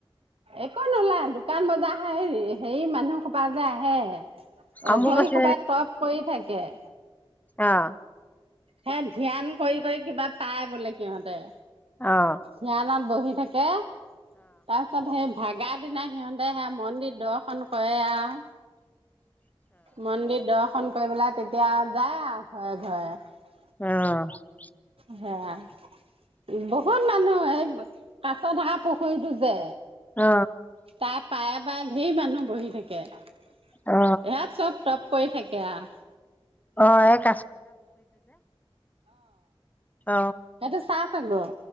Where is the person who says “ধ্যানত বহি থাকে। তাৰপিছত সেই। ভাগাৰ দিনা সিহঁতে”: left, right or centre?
Right